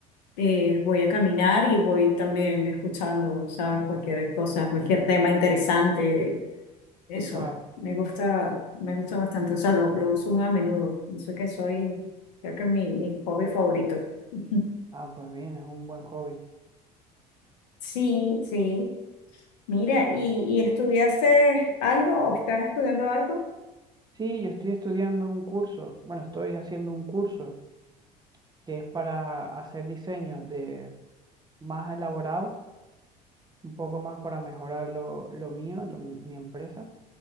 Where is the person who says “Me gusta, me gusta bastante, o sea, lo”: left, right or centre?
Left